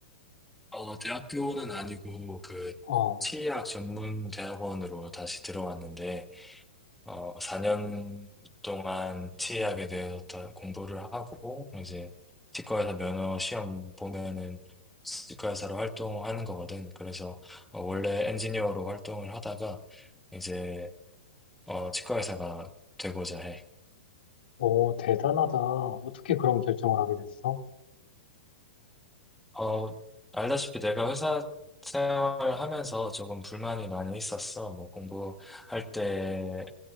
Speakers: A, in the centre; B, on the left.
A: 어, 대학교는 아니고 그
B: 어,
A: 치의학 전문 대학원으로 다시 들어왔는데 어, 4년 동안 치 a 하게 되었다 공부를 하고, 이제 치과에서 면허 시험 보면은 치과의사로 활동하는 거거든. 그래서 어, 원래 엔지니어로 활동을 하다가 이제 어, 치과의사가 되고자 해.
B: 오, 대단하다. 어떻게 그런 결정을 하게 됐어?
A: 어, 알다시피 내가 회사 생활하면서 조금 불만이 많이 있었어. 뭐 공부할 때